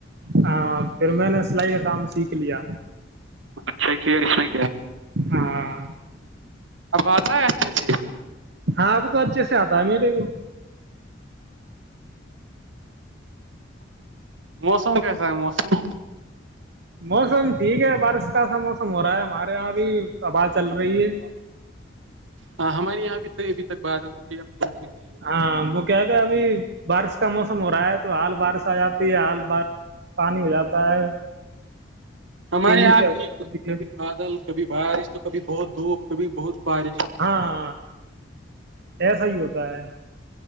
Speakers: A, on the right; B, on the right.
A: ہاں پھر میں نے سلائی کا کام سیکھ لیا
B: اچھا کی اس میں
A: ہاں
B: بات ہے اچھچ
A: ہاں اب تو اچھے سے آتا ہے میرے کو
B: موسم کیسے موسو <inaudible>
A: موسم ٹھیک ہے بارش کا سا موسم ہو رہا ہے ہمارے یہاں بھی آواز چل رہی ہے
B: ہاں ہمارے یہاں بھی تھ ابھی تک بادل تھوڑی اب دھوپ نکلی ہے
A: ہاں وہ کیا کہ ابھی بارش کا موسم ہو رہا ہے تو آال بار سے آ جاتی ہے آال بار پانی ہو جاتا ہے
B: ہمارے
A: تیزی
B: یہاں
A: سے آتی
B: کبھی
A: ہے
B: بادل کبھی بارش تو کبھی بہت دھوپ کبھی بہت بارش
A: ہاں ایس ہی ہوتا بائے